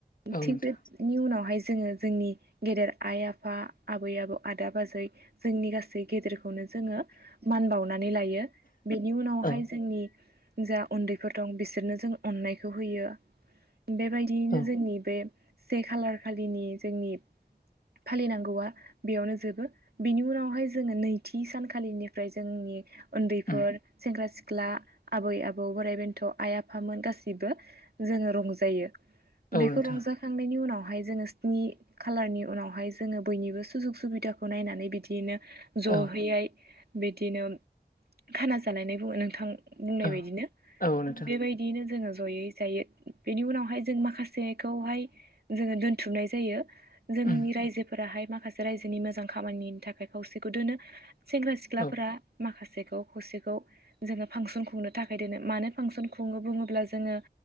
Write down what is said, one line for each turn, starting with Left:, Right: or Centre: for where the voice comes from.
Left: औ
Right: थिग
Left: नोंथां
Right: बेनि उनावहाय जोङो जोंनि गेदेर आइ आफा आबै आबौ आदा बाजै जोंनि गासै गेदेरखौनो जोङो मान बावनानै लायो। बेनि उनावहाय
Left: औ
Right: जोंनि जा उन्दैफोर दं बिसोरनो जों अननाय खौ होयो बे बायदियैनो
Left: औ
Right: जोंनि बे से खालार खालिनि जोंनि फालिनांगौआ बेयावनो जोबो बिनि उनावहाय जोङो नैथि सानखालिनिफ्राय जोंनि उन्दैफोर
Left: उम
Right: सेंग्रा सि ख्ला आबै आबौ बोराइ बेन्थ' आइ आफामोन गासैबो जोङो रंजायो।
Left: औ
Right: बेखौ
Left: नोंथां
Right: रंजा खांनायनि उनावहाय जोङो स्नि खाालारनि उनावहाय जोङो बयनिबो सुजुग सुबिदाखौ नायनानै बिदिनो जहैयै
Left: औ
Right: बिदिनो खाना जालायनाय बुङो नोंथां बुंनाय
Left: औ
Right: बायदिनो
Left: औ नोंथां
Right: बेबायदियैनो जोङो जयै जायो बेनि उनावहाय जों माखासेखौहाय जोङो दोनथुमनाय जायो। जोंनि
Left: उम
Right: रायजोफोराहाय माखासे रायजोनि मोजां खामानिनि थाखाय खावसेखौ दोनो। सेंग्रा सिख्लाफोरा
Left: औ
Right: माखा सेखौ खौसेखौ जोङो फांसन खुंनो थाखाय दोनो मानो फांसन खुङो बुङोब्ला जोङो